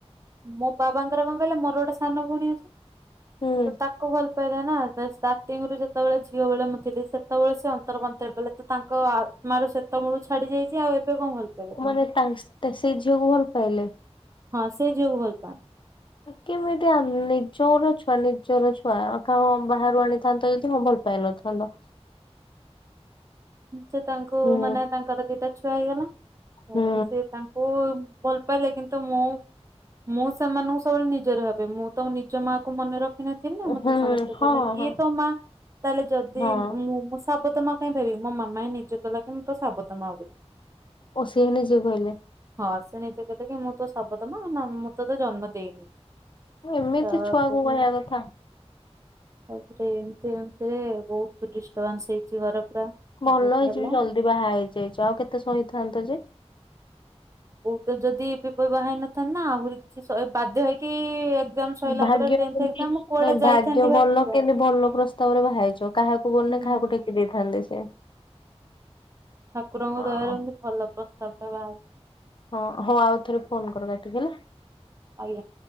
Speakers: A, on the right; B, on the left.
A: ମୋ ବାବାଙ୍କର କଣ କହିଲେ ମୋର ଗୋଟେ ସାନ ଭଉଣୀ ଅଛି
B: ହୁଁ
A: ତାକୁ ଭଲ। ନା ଷ୍ଟାର୍ଟିଙ୍ଗରୁୁ ଯେତେବେଳେ ଝିଅ ବେଳେ ମୁଁଥିଲି ସେତେବେଳେ ସେ ଅନ୍ତର ଅନ୍ତର କଲେ। ତାଙ୍କ ଆତ୍ମାର ଶ୍ତତ ମୂଳୁ ଛାଡି ଯାଇଛି ଆଉ ଏବେ କଣ ଭଲ। ପାଇବେ କହୁନ।
B: ମାନେ ସେଇ ଝିଅକୁ ଭଲ ପାଇଲେ।
A: ହଁ ସେ ଝିଅକୁ ଭଲ ପାଆନ୍ତି।
B: କେମିତି ନିଜର ଛୁଆ ନିଜର ଛୁଆ କାହା ବାହାରୁ ଆଣିଥାନ୍ତ ଯଦି ହଁ ଭଲ। ପିଲୁ ତ।
A: ସେ ତାଙ୍କୁ
B: ହୁଁ
A: ମାନେ ତାଙ୍କର ଦିଟା ଛୁଆ ହେଇଗଲା। ହେଲେ
B: ହୁଁ
A: ସେ ତାଙ୍କୁ ଭଲ ପାଇଲେ କିନ୍ତୁ। ତ ମୁଁ ମୁଁ ସେମାନଙ୍କୁ ସବୁବେଳେ ନିଜରେ ଭାବେ ମୁଁ ତ ନିଜ ମା କ ମନେ ରଖିିନି। ଥିଲ ନା ମତେ
B: ହୁଁ
A: ସମସ୍ତେ
B: ହଁ
A: କହିଲେ
B: ହଁ
A: ଇଏ ତ ମା ତାହେଲେ ଯଦି
B: ହଁ
A: ମୁଁ ମୋ ସାବତ ମା। କାଇଁ ଭିବି ମାମାଁ ନିଜେ କଲା କି ମୁଁ ତ ସାବତ ମା ବୋଲି।
B: ଓ ସେଏ ନିଜେ କହିଲେ।
A: ହଁ ସେ ନିଜେ କହିଲେ କି ମୁଁ ତୋ ସାବଦମା ମୁଁ ତୋ ତ ଜନ୍ମ ଦେଇନି।
B: ଏମିତି
A: ତାପରେ।
B: ଛୁଆକୁ କହିବା କଥା
A: ତାପରେ ଏମତି ଏମିତିରେ ବହୁତ ଡିଷ୍ଟର୍ବାନ୍ସ ହେଇଛି ଘର ପୁରା।
B: ଭଲ
A: ବହୁତ
B: ହେଇଯିବ
A: ହେଲା।
B: ଜଲ୍ଦି ବାହା ହେଇଯାଇଛି ଆଉ କେତେ ସହିଇଥାନ୍ତ ଯେ।
A: ବହୁତ ଯଦି ଏବେପ ବା ହେଇନଥାନ୍ତି ନା ଆହୁରି କିଛି ବାଧ୍ୟ ହେଇକି ଏକ୍ଜାମ ସଇଲା
B: ଭାଗ୍ୟ
A: ପରେ ଟେନ୍ଥ
B: କେମତି
A: ଏକ୍ଜାମ ମୁଁ କୁଆଡେ
B: ନ
A: ଯାଇଥାନ୍ତି
B: ଭାଗ୍ୟ
A: ଭାରି
B: ଭଲ
A: ଯାହା
B: କେମତି ଭଲ ପ୍ରସ୍ତାବ ରେ ବାହାରିଛ କାହାକୁ କୁ ଗନେ
A: ହୁଁ
B: କାହାକୁ ଟେକି ଦେଇଥାନ୍ତି ସେ
A: ଠାକୁରଙ୍କ
B: ହଁ
A: ଦୟାର ଏମତି ଭଲ ପ୍ରସ୍ତାବଟା ବାହହାରଛି
B: ହଁ ହଉ ଆଉ ଥରେ ଫୋନ୍ କରିବା ଟିକେ ହେଲା
A: ଆଜ୍ଞା